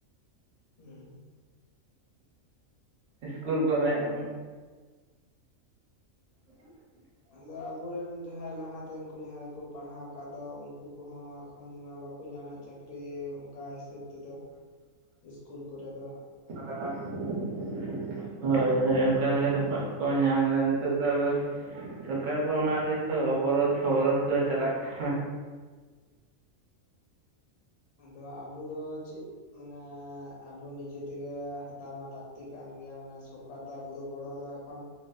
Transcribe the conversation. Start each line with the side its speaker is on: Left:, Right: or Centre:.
Left: ᱩᱸ
Right: ᱤᱥᱠᱩᱞ ᱠᱚᱨᱮᱜ ᱩᱸᱜ <unintelligible>
Left: ᱟᱫᱚ ᱟᱵᱚᱨᱮᱱ ᱡᱟᱦᱟᱸᱭ ᱞᱟᱦᱟᱛᱮ ᱩᱱᱠᱩ ᱡᱟᱦᱟᱸᱭ ᱠᱚ ᱯᱟᱲᱦᱟᱣ ᱠᱟᱜ ᱫᱚ ᱩᱱᱠᱩ ᱠᱚᱦᱚᱸ ᱮᱠᱷᱚᱱ ᱢᱟ ᱵᱟ ᱠᱚ ᱧᱟᱢᱮᱜ ᱪᱟᱹᱠᱨᱤ ᱚᱝᱠᱟ ᱦᱤᱥᱟᱹᱵ ᱛᱮᱫᱚ ᱤᱥᱠᱩᱞ ᱠᱚᱨᱮ ᱫᱚ᱾
Right: <unintelligible> ᱦᱳᱭ ᱦᱳᱭ ᱚᱝᱠᱟ ᱞᱮᱠᱟᱛᱮ ᱵᱟᱠᱚ ᱧᱟᱢ ᱫᱟ ᱱᱤᱛᱳᱜ ᱫᱚ ᱟᱫᱚ, ᱥᱚᱨᱠᱟᱨ ᱠᱚ ᱚᱱᱟ ᱨᱮᱜᱮ ᱛᱚ ᱚᱵᱚᱨᱳᱫᱷ ᱯᱷᱚᱵᱚᱨᱳᱫ ᱠᱚ ᱪᱟᱞᱟᱜ ᱠᱟᱱᱟ᱾
Left: ᱟᱫᱚ ᱟᱵᱚ ᱫᱚ ᱪᱮᱜ ᱢᱟᱱᱮ ᱟᱵᱚ ᱱᱤᱡᱮ ᱛᱮᱜᱮ ᱦᱟᱛᱟᱣ ᱢᱟ ᱞᱟᱹᱠᱛᱤ ᱠᱟᱱ ᱜᱮᱭᱟ ᱢᱟᱱᱮ ᱥᱚᱨᱼ ᱠᱟᱨ ᱫᱚ ᱟᱵᱚ ᱫᱚ ᱜᱚᱲᱚ ᱫᱚ ᱮᱠᱷᱚᱱ